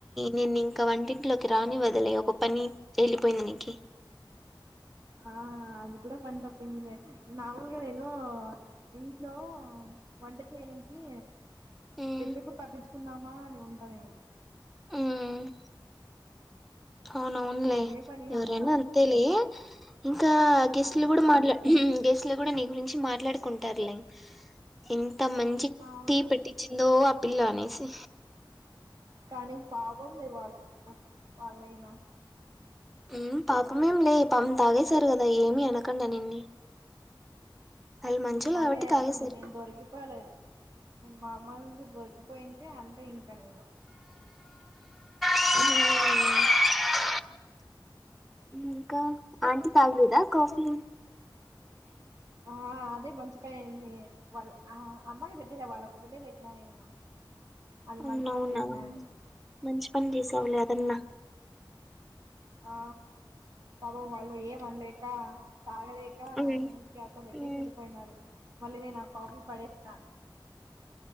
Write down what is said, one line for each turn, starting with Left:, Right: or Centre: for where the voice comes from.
Centre: నేను ఇం కా వంటింట్లోకి రానివ్వదులే ఒక పని ఏళ్ళిపోయింది నీకి
Right: ఆ అది కూడా పని తప్పిందిమే మామూలుగా నేను ఇంట్లో వంట చేయనీకి
Centre: హ్మ్
Right: ఎప్పుడెప్పుడు‌ తప్పించుకుందామా అని ఉం టా నేను
Centre: హ్మ్ అవునవునులే
Right: అదే పనిగా
Centre: ఎవరైనా
Right: ఉంటా
Centre: అంతేలే ఇంకా గెస్ట్లు
Right: ఆ
Centre: కూడా మాట్లా ఉహు గెస్ట్ తిరుగుడు నీ గురించి మాట్లాడుకుంటారులే ఇం త మంచి
Right: అవును
Centre: టీ పెట్టించిందో ఆపిల్ల అనేసి
Right: కానీ పాపంలే వాళ్ళు వాళ్ళైనా
Centre: హ్మ్ పాపమేం లే పాం తాగేశారు కదా ఏమి అనకండా నిన్ని వాళ్ళు మంచోళ్ళు
Right: అదే
Centre: కాబట్టి తాగేశారు
Right: నేను దొరికిపోలేదు నేను మామూల్ దు గొటుపోయింటే అంతే ఇంకా నేను
Centre: హ్మ్ ఇంకా ఆంటీ తాగలేదా కాఫీ
Right: ఆద్ అదే మంచి పని అయ్యిందె వాళ్ళ ఆ అమ్మాకి పెట్టినా వాళ్లకి ఒకటే పెట్టినా నేను అది
Centre: అవునావునా
Right: మంచి పని చేసినా నేను
Centre: మంచి పని చేశావులే అదన్నా
Right: ఆ పాపం వాళ్ళు ఏమన్ లేక తాగలేక
Centre: ఉమ్,
Right: ఊకే అట్లా పెట్టేసి
Centre: ఉమ్.
Right: వెళ్ళిపోయినారు మళ్ళీ నేను ఆ కాఫీ పడేసా